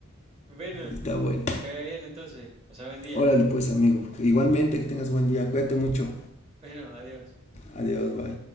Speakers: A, on the right; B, on the left.
A: Bueno,
B: está bueno.
A: que te vaya bien entonces. Pasá buen día.
B: Órale pues, amigo. Igualmente, que tengas buen día. Cuídate mucho.
A: Bueno, adiós.
B: Adiós, bye.